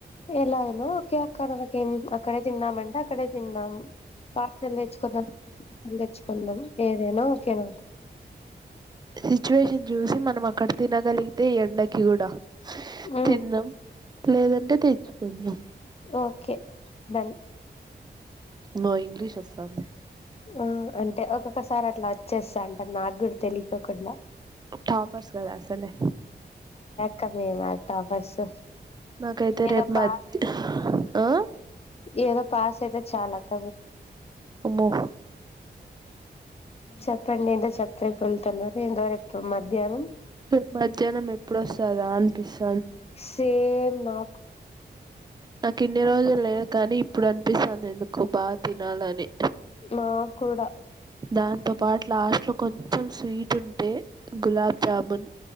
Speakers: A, on the left; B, on the right.
A: ఎలా అయినా ఓకే అక్కడ నాకేం అక్కడే తిన్నామ అంటే అక్కడే తిందాం పాార్సల్ తెచ్చుకుందాం తెచ్చుకుందాం ఏదైనా ఓకేనా
B: సిచ్యువేషన్ చూసి మనం అక్కడ తినగలిగితే ఈ ఎండకి కూడా
A: ఉమ్
B: తిన్నాం లేదంటే తెచ్చుకుందాం
A: ఓకే డన్
B: ను ఇంగ్లీష్ వస్తాే
A: ఆ అంటే ఒక్కొక్కసారి అట్లా వచ్చేస్తా అంట నాకు కూడా తెలియకోకుండా
B: టాపర్స్ కదా అసలే
A: కమే మతా బర్స్
B: నాకైతే
A: ఏద
B: రేపు
A: పా
B: మధ్య ఆ
A: ఏద పాస్ అయితే చాలాక్క
B: ఉమో
A: చెప్పండి ఏంటో చెప్పరేపు వెళ్తున్నారు ఎంతవరేపు మధ్యాహ్నం
B: రే మధ్యాహ్నం ఎప్పుడు వస్తందా అనిపిస్తుంది
A: సే నా
B: నాకు ఇన్ని రోజులు లేదు కానీ ఇప్పుడు అనిపిస్తుంది ఎందుకు బాగా తినాలని
A: నాకు కూడా
B: దాంతోపాటు లాస్ట్లో కొంచెం స్వీట్ ఉంటే గులాబ్ జాముూన్